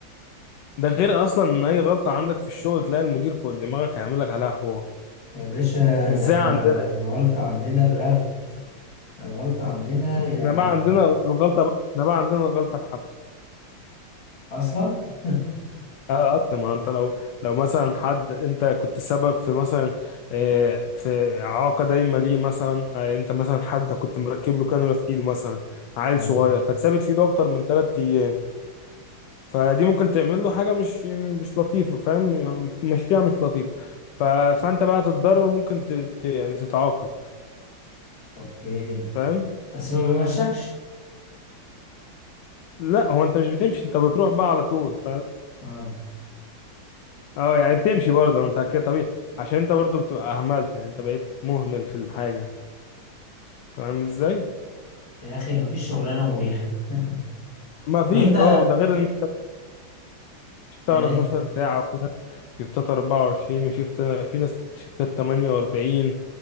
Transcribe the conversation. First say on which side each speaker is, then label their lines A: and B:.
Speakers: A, on the left; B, on the left.
A: ده غير اصلا ان اي غلطه عندك في الشغل تلاقي المدير فوق دماغك هيعمل لك عليها حوار
B: يا باشا
A: مش
B: ده
A: زي
B: إحنا
A: عندنا
B: الغلطة عندنا برغي الغلطة عندنا يعني
A: احنا بقى عندنا الغلطة احنا بقى عندنا الغلطة الحبس
B: أصلا <laughs>
A: اه اصلا ما انت لو لو مثلا حد انت كنت سبب في مثلا آه، في اعاقه دايما ليه مثلا آه، انت مثلا حد كنت مركب له كانولا في ايده مثلا عيل
B: اه
A: صغير فتثبت في ايده اكتر من ثلاث ايام فدي ممكن تعمل له حاجه مش مش لطيفه فاهم مش مشيها مش لطيفه ف... فانت بقى تتضرر ممكن ت... ت... يعني تتعاقب
B: اوكي
A: فاهم
B: بس ما بيمشكش
A: لا هو انت مش بتمشي انت بتروح بقى على طول
B: اه
A: اه يعني بتمشي برضه ما انت كده طبيعي عشان انت برضه بتبقى اهملت يعني انت بقيت مهمل في الحاجه فاهم ازاي
B: يا أخي مفيش شغلانة مريحة <laughs>
A: فما فيش
B: طب أنت
A: اه وده غير ان تشتغل
B: يعني
A: 12 ساعه وفي ناس شيفتات 24 وشيفت في ناس شيفتات 48